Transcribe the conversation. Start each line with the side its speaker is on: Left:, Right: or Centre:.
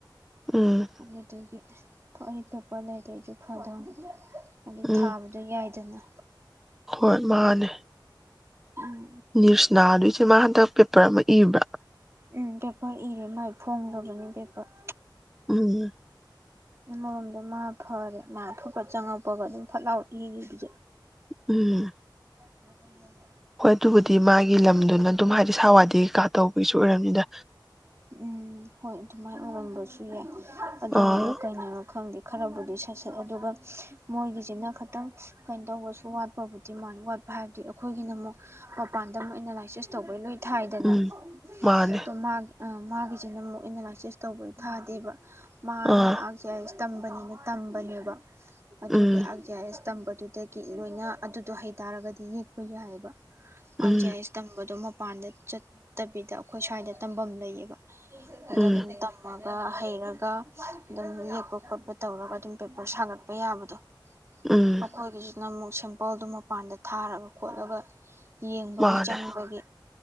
Centre: ꯎꯝ
Right: ꯑꯗꯨꯗꯨꯒꯤ <unintelligible> ꯑꯗꯨ
Centre: ꯎꯝ
Right: ꯊꯥꯕꯗꯣ ꯌꯥꯏꯗꯅ
Centre: ꯍꯣꯏ ꯃꯥꯅꯦ
Right: ꯎꯝ
Centre: ꯅꯤꯔꯁꯥꯥꯗꯤꯁꯨ ꯃꯥꯍꯟꯗꯛ ꯄꯦꯄꯔ ꯑꯃ ꯏꯕ꯭ꯔ
Right: ꯎꯝ ꯄꯦꯄꯔ ꯏꯔꯦ ꯃꯥꯏ ꯐꯣꯝ ꯂꯣꯕꯅꯤ ꯄꯦꯄꯔ
Centre: ꯎ ꯎꯝ
Right: ꯑꯃꯔꯣꯝꯗ ꯃꯥ ꯐꯔꯦ ꯃꯥ ꯊꯣꯛꯈꯔ ꯆꯪꯉꯛꯄꯒ ꯑꯗꯨꯝ ꯐꯠ ꯂꯥꯎ ꯏꯒꯤꯕꯁꯦ
Centre: ꯎꯝ
Right: <unintelligible> <inaudible>
Centre: ꯍꯣꯏ ꯑꯗꯨꯕꯨꯗꯤ ꯃꯥꯒꯤ ꯂꯝꯗꯨꯅ ꯑꯗꯨꯝ ꯍꯥꯏꯗꯤ ꯁꯥꯋꯥꯏꯗꯒꯤ ꯀꯥꯞ ꯇꯧꯕꯩꯁꯨ ꯑꯣꯏꯔꯝꯅꯤꯗ
Right: ꯎꯝ ꯍꯣꯏ ꯑꯗꯨꯃꯥꯏ ꯑꯣꯏꯔꯝꯕꯁꯨ ꯌꯥꯏ ꯑꯗꯨꯅꯔ
Centre: ꯑꯥ
Right: ꯀꯩꯅꯔꯣ ꯈꯪꯗꯦ ꯈꯔꯕꯨꯗꯤ ꯁꯠ ꯁꯠ ꯑꯗꯨꯒ ꯃꯣꯏꯒꯤꯁꯤꯅ ꯈꯇꯪ ꯀꯩꯅꯣ ꯇꯧꯕꯁꯨ ꯋꯥꯠꯄꯕꯨꯗꯤ ꯃꯥꯟ ꯋꯥꯠꯄ ꯍꯥꯏꯕꯗꯤ ꯑꯩꯈꯣꯏꯒꯤꯅ ꯑꯃꯨꯛ ꯃꯄꯥꯟꯗ ꯑꯃꯨꯛ ꯑꯦꯅꯥꯂꯥꯏꯁꯤꯁ ꯇꯧꯕꯩ ꯂꯣꯏ ꯊꯥꯏꯗꯅ
Centre: ꯎꯝ ꯃꯥꯅꯦ
Right: ꯗꯣ ꯃꯥꯒꯤ ꯑ ꯃꯥꯒꯤꯁꯤꯅ ꯑꯃꯨꯛ ꯑꯦꯅꯥꯂꯥꯏꯁꯤꯁ ꯇꯧꯕꯩ ꯊꯥꯗꯦꯕ ꯃꯥꯅ
Centre: ꯑꯥ
Right: <unintelligible> ꯇꯝꯕꯅꯤꯅ ꯇꯝꯕꯅꯦꯕ ꯑꯗꯨꯒꯤ
Centre: ꯎꯝ
Right: <unintelligible> ꯇꯝꯕꯗꯨꯗꯒꯤ ꯂꯣꯏꯅ ꯑꯗꯨꯗꯣ ꯍꯩꯇꯥꯔꯒꯗꯤ ꯌꯦꯛꯄ ꯌꯥꯏꯌꯦꯕ ꯄꯥꯡꯆꯦ
Centre: ꯎꯝ
Right: ꯍꯥꯏꯁ ꯇꯝꯕꯗꯣ ꯃꯛ ꯃꯄꯥꯟꯗ ꯆꯠꯇꯕꯤꯗ ꯑꯩꯈꯣꯏ ꯁ꯭ꯋꯥꯏꯗ ꯇꯝꯕꯝ ꯂꯩꯌꯦꯕ ꯑꯗꯨ
Centre: ꯎꯝ
Right: ꯗꯨꯝ ꯇꯝꯕꯑꯝ ꯍꯩꯔꯒ ꯑꯗꯨꯝ ꯌꯦꯛꯄ ꯈꯣꯠꯄ ꯇꯧꯔꯒ ꯑꯗꯨꯝ ꯄꯦꯄꯔ ꯁꯥꯒꯠꯄ ꯌꯥꯕꯗꯣ
Centre: ꯎꯝ
Right: ꯑꯥꯈꯣꯏꯒꯤꯁꯤ ꯅ ꯑꯃꯨꯛ ꯁꯦꯝꯄꯜꯗꯨ ꯃꯄꯥꯟꯗ ꯊꯥꯔꯒ ꯈꯣꯠꯂꯒ ꯌꯦꯡꯕꯒꯤ
Centre: ꯃꯥꯅꯦ
Right: ꯆꯪꯕꯒꯤ